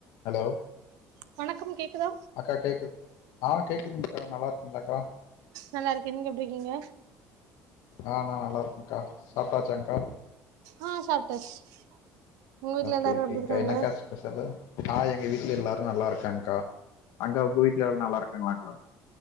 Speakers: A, on the left (about 75°); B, on the right (about 85°).
A: Hello
B: வணக்கம் கேக்குதா
A: அக்கா கேக் ஆ கேக்குதுங் கா நல்லா இருக்கிங்ளாக்கா
B: நல்லாருக்கே நீங்க எப்டிருக்கீங்க
A: ஆ நா நல்லாருக்கங்க்கா சாப்டாச்சாங்க்கா
B: ஆ சாப்ட்டாச்சு உங்க வீட்ல
A: ஓகே
B: எல்லாரு
A: ஓகேங்கக்கா
B: எப்டி இருக்காங்க
A: என்னங்கக்கா ஸ்பெஷலு ஆ எ எங்க வீட்ல எல்லாரு நல்லாருக்காங்கக்கா அங்க உங்க வீட்ல எல்லாரு நல்லாருக்காங்களாக்கா